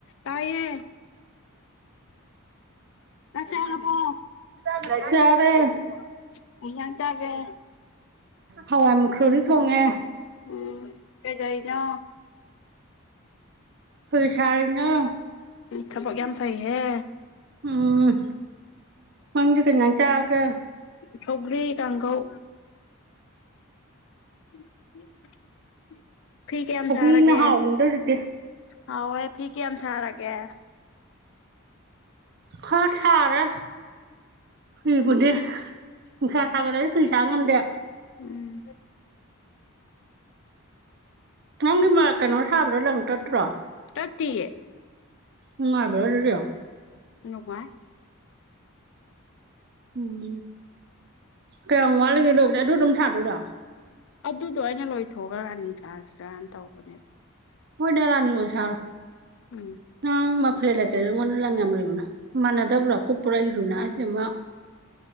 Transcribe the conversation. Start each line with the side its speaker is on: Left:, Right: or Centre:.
Left: ꯇꯥꯌꯦ ꯆꯥꯛ ꯆꯥꯔꯥꯕꯣ
Right: ꯆꯥꯔꯦ
Left: ꯀꯩ ꯍꯤꯟꯖꯥꯡ ꯆꯥꯒꯦ
Right: ꯍꯋꯥꯏ ꯃꯨꯛꯁꯣꯔꯤ ꯊꯣꯡꯉꯦ
Left: ꯎꯝ ꯀꯥꯗꯩꯅꯣ
Right: ꯀꯩ ꯁꯥꯔꯤꯅꯣ
Left: ꯊꯕꯛ ꯌꯥꯝ ꯄꯩꯍꯦ
Right: ꯎꯝ ꯅꯪꯗꯤ ꯀꯩ ꯏꯟꯖꯥꯡ ꯆꯥꯔꯒꯦ
Left: ꯁꯧꯒ꯭ꯔꯤ ꯀꯥꯡꯒꯧ <unintelligible> ꯐꯤ ꯀꯥꯌꯥꯝ
Right: ꯁꯧꯒ꯭ꯔꯤꯅ
Left: ꯁꯥꯔꯥꯒꯦ
Right: ꯍꯥꯎꯕꯅꯤꯗ ꯍꯧꯖꯤꯛꯇꯤ
Left: ꯍꯥꯎꯋꯦ ꯐꯤ ꯀꯥꯌꯥꯝ ꯁꯥꯔꯥꯒꯦ
Right: ꯈꯔ ꯁꯥꯔꯦ ꯐꯤꯕꯨꯗꯤ ꯅꯨꯡꯁꯥ ꯁꯥꯒꯠꯂꯛꯑꯥꯗꯤ ꯐꯤ ꯁꯥꯕ ꯉꯝꯗꯦ
Left: ꯎꯝ
Right: ꯅꯪꯒꯤ ꯃ ꯀꯩꯅꯣ ꯂꯪ ꯇꯠꯇ꯭ꯔꯣ
Left: ꯇꯠꯇꯤꯌꯦ
Right: ꯅꯨꯡꯉꯥꯏꯕ꯭ꯔꯥ ꯑꯗꯨꯗꯤ
Left: ꯅꯨꯡꯉꯥꯏ
Right: ꯑꯝ ꯀꯥꯌꯥꯝ ꯋꯥꯠꯂꯤꯒꯦ ꯑꯗꯨ ꯗꯨꯝ ꯁꯥꯗꯣꯏꯔꯣ
Left: ꯑꯗꯨꯗꯣ ꯑꯩꯅ ꯂꯣꯏꯊꯣꯛꯑꯥꯒ ꯔꯥꯅꯤ ꯁꯥꯖꯤꯔꯥꯅ ꯇꯧꯕꯅꯦ
Right: ꯍꯣꯏꯗꯥ ꯔꯥꯅꯤ ꯅꯣꯢꯅ ꯁꯥꯔꯣ
Left: ꯎꯝ
Right: ꯅꯪ ꯃꯥꯐꯦꯟ ꯂꯩꯇ꯭ꯔꯥꯒꯨ ꯑꯩꯉꯣꯟ ꯂꯪ ꯌꯥꯝ ꯂꯩꯕꯅꯦ ꯃꯥꯟꯅꯥꯗꯥꯕ꯭ꯔꯣ
Left: ꯎꯝ
Right: ꯀꯨꯞꯄ꯭ꯔꯥ ꯏꯃꯥꯏ ꯄ